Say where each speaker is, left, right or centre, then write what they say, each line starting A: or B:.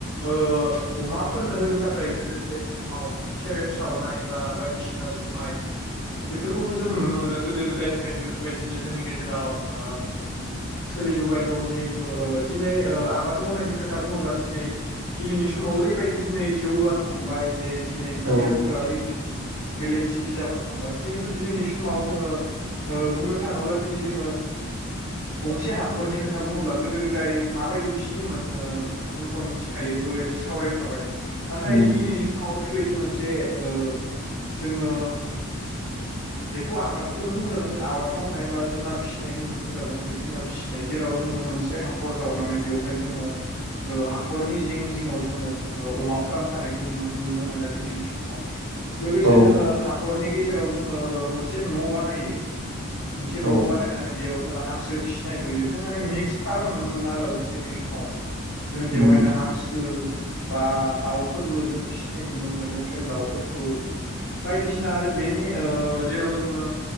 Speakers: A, on the left; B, on the right.
A: ओ अमाफोरनो होनो थाखाय गोदो गोदायनि समाव सेरेब सावनाय बा बायदिसिना जु माइ बेफोरखौबो जों नुनो मोनो गोदो गोदायनिफ्रायनो बेफोरबायदिनो जोंनि गेजेराव ओ सोलिबोबाय दङ जिहेथु ओ दिनै ओ आबाद मावनायनि खोथा बुङोब्ला दिनै दिनैनि समाव ओरैबायदि दिनै जौगानो हमबाय जे दिनै बिगियानफोरा
B: औ
A: ओरै <inaudible> मेलेमजि बिजाबो हमबाय जिहेथु दिनैनि समाव जोङो ओ बुंनो थाङोब्ला दिनै जोङो गंसे हाखरनि खोथा बुङोब्ला गोदो गोदाय माबायदि फियोमोन ओ जोंथ मिथिखायो दयर सावरायखाबाय नाथाय
B: उम,
A: दिनैनि समाव ओरैबायदि मोनसे ये ओ जोंओ बेखौ आबादखौनो बुंजागोन जों आबाद मावनाय बा जुनार फिसिनाय होनना बुंजागोन जिब जुनार फिसिनाय जेराव जोङो मोनसे हाखर जावनानै बेवहाय जोङो हाखरनि जिं जिङाव जोङो अमा फार्म‌ थानायखौ नुनो नुनो मोनो दिनैनि समाव, लोगोसे
B: औ
A: जोङो हाखरनि गेजेराव जों ओ ओ मोनसे न' बानायो। मोनसे न'
B: औ
A: बानायनानै बेयाव जोङो हांसो फिसिनाय नुयो जों माने मिक्स फार्म नुनो मोनो आरो दिनैनि समाव जों बेवहायनो
B: उम,
A: हांसो बा दाउफोरबो जोङो फिसिनाय नुनो मोनो लकेल दाउफोरखौ बायदिसिना आरो बेनि ओ जेराव जोङो